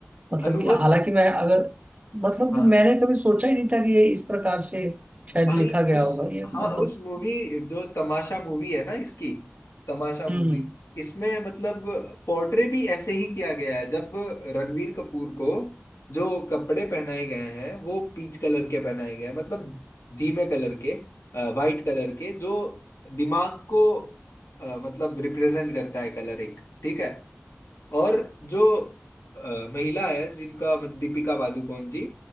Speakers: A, on the right; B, on the left.
A: मतलब
B: अनुभव
A: कि हालांकि मैं अगर मतलब
B: हाँ
A: कि मैंने कभी सोचा ही नहीं था कि ये इस प्रकार से शायद
B: भाई
A: लिखा गया
B: उस
A: होगा ये
B: हाँ
A: मतलब
B: उस मूवी जो तमाशा मूवी है ना इसकी तमाशा मूवी
A: हम्म
B: इसमें मतलब पोर्ट्रे भी ऐसे ही किया गया है जब रणवीर कपूर को जो कपड़े पहनाए गए हैं वो पीच कलर के पहनाए गए हैं मतलब धीमे कलर के वाइट कलर के जो दिमाग को अ, मतलब रिप्रेजेंट करता है कलर एक ठीक है और जो अ, महिला है जिनका मत- दीपिका पादुकोण जी